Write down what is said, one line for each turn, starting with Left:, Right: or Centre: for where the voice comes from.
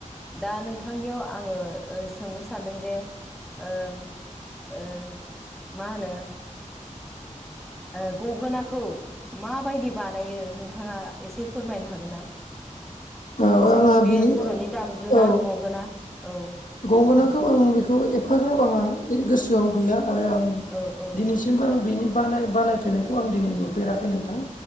Centre: दा नोंथांनियाव आङो ओ सोंनो सानदों जे ओ ओ मा होनो ओ गगोनाखौ माबायदि बानायो नोंथाङा एसे फोरमायनो हागोन ना
Left: औ
Centre: जोंनि
Left: आंहा
Centre: बे
Left: बिनि
Centre: बर'नि दामजुना
Left: औ
Centre: गगोना औ
Left: गंगोनाखौ
Centre: बेखौ
Left: आं बेखौ एफाग्राब आंहा गोसोआव गैया आरो आं
Centre: औ औ
Left: दिनैसि सिमबो आं बिनि बानाय बानायफेरनायखौ आं दिनै नु नुफेराखै नोंथां